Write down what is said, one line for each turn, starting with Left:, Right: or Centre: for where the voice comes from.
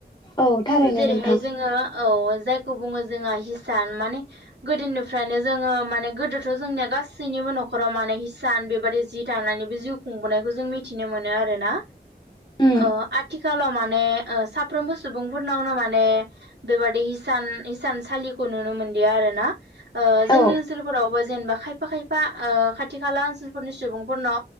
Left: औ थारैनो
Right: जेरैहाय
Left: नोंथां
Right: जोङो औ जाय खौ बुङो जोंङा हिसान माने गोदोनिफ्रायनो जोङो माने गोदोथ' जोंनिया गाससैनिबो न न'खराव माने हिसान बेबादि जि दानानैबो जिउ खुंबोनायखौ जों मिथिनो मोनो आरोना।
Left: उम
Right: अ आथिखालाव ने ओ साफ्रोमबो सुबुंफोरनावनो माने बेबादि हिसान हिसानसालिखौ नुनो मोन लिया आरोना ओ जोंनि
Left: औ
Right: ओनसोलफोरावबो जेनबा खायफा खायफा ओ खाथि खाला ओनसोलफोरनि सुबुंफोरनाव